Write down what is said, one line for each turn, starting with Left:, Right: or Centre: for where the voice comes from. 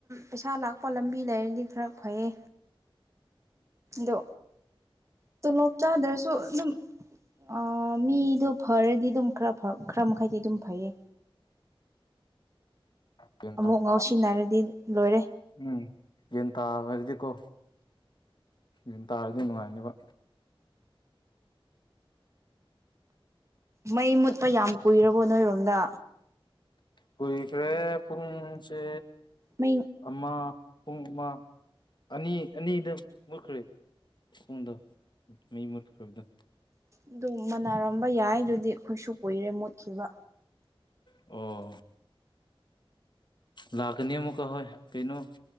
Right: ꯄꯩꯁꯥ ꯂꯥꯛꯄ ꯂꯝꯕꯤ ꯂꯩꯔꯗꯤ ꯈꯔ ꯐꯩꯌꯦ ꯗꯣ ꯇꯣꯂꯣꯞ ꯆꯥꯗ꯭ꯔꯁꯨ ꯗꯨꯝ ꯑꯥ ꯃꯤꯗꯣ ꯐꯔꯗꯤ ꯗꯨꯝ ꯈꯔ ꯐꯩ ꯈꯔ ꯃꯈꯩꯗꯤ ꯑꯗꯨꯝ ꯐꯩꯌꯦ
Left: ꯒ꯭ꯌꯥꯟ ꯇꯥꯕ
Right: ꯑꯃꯨꯛ ꯉꯥꯎꯁꯤꯟꯅꯔꯗꯤ ꯂꯣꯏꯔꯦ
Left: ꯎꯝ ꯒ꯭ꯌꯥꯟ ꯇꯥꯕꯗꯗꯤꯀꯣ ꯒ꯭ꯌꯥꯟ ꯇꯥꯔꯗꯤ ꯅꯨꯡꯉꯥꯏꯅꯤꯕ
Right: ꯃꯩ ꯃꯨꯠꯄ ꯌꯥꯝ ꯀꯨꯏꯔꯕꯣ ꯅꯣꯏꯔꯣꯝꯗ
Left: ꯀꯨꯏꯈꯔꯦ ꯄꯨꯡꯁꯦ
Right: ꯃꯤꯡ
Left: ꯑꯃ ꯄꯨꯡ ꯑꯃ ꯑꯅꯤ ꯑꯅꯤꯗ ꯃꯨꯠꯈ꯭ꯔꯦ ꯄꯨꯡꯗꯣ ꯃꯩ ꯃꯨꯈ꯭ꯔꯕꯗꯣ
Right: ꯑꯗꯨ ꯃꯥꯟꯅꯔꯝꯕ ꯌꯥꯏꯗꯨꯗꯤ ꯈꯣꯏꯁꯨ ꯀꯨꯏꯔꯦ ꯃꯨꯠꯈꯤꯕ
Left: ꯑꯣ ꯂꯥꯛꯀꯅꯤ ꯃꯨꯛꯀ ꯍꯣꯏ ꯀꯩꯅꯣ